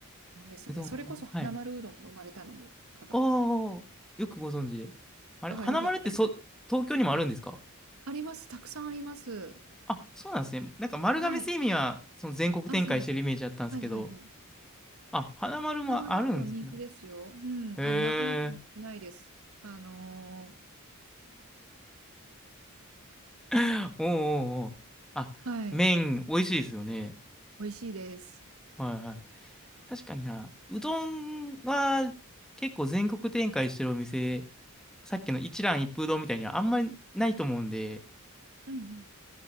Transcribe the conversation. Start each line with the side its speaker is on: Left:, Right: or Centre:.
Right: うどんですよね。
Centre: うどん。
Right: それこそ花丸うどんが生まれたのも香川。
Centre: はい。おー、よくご存知で。あれ、
Right: ああ、
Centre: 花丸ってそ、
Right: よかった。<laughs>
Centre: 東京にもあるんですか
Right: あります。たくさんあります。
Centre: あ、そうなんですね。なんか丸亀製麺はその全国展開してるイメージだったんですけど、
Right: はい。あ、そうですね。はいはいはい。
Centre: あ、花丸もあるんですね。
Right: 花丸うどん人気ですよ。うん。
Centre: へえ。
Right: あの、なくなってもないです。あの
Centre: <laughs> おうおうおう。あ、
Right: ーはい。
Centre: 麺美味しいですよね。
Right: 美味しいです。
Centre: はいはい。確かにな。うどんは結構全国展開してるお店、さっきの一蘭一風堂みたいにはあんまりないと思うんで、
Right: うんう